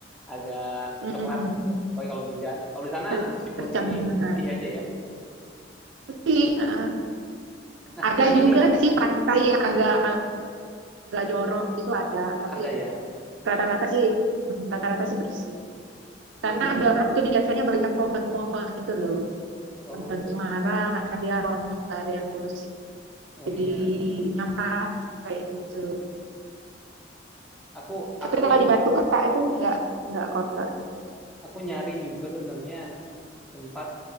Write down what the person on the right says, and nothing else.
Mm-mm.
Ter-
tercambung
menara.
Putih. eh.
Ada
juga
sih pantai yang agak agak jorok gitu ada,
tapi
Rata-rata sih, hmm, rata-rata sih bersih.
Karena
Dorok tuh biasanya banyak pohon-pohon itu loh.
Pohon cemara, kadang dia rontok, nggak ada yang ngurusin.
Jadi
nyampah kayak gitu.
Tapi
kalau di Batu Keta itu nggak nggak kotor.